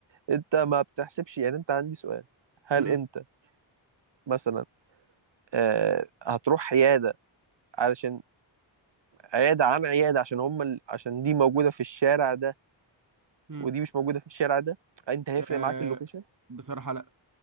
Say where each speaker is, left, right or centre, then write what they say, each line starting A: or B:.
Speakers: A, on the right (about 60°); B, on the right (about 40°).
A: انت ما بتحسبش يعني انت عندي سؤال هل
B: مم.
A: انت مثلا آه، هتروح عيادة علشان عيادة عن عيادة عشان هم ال... عشان دي موجودة في الشارع ده
B: مم.
A: ودي مش موجودة في الشارع ده انت هيفرق
B: آه
A: معاك اللوكيشن
B: بصراحة لا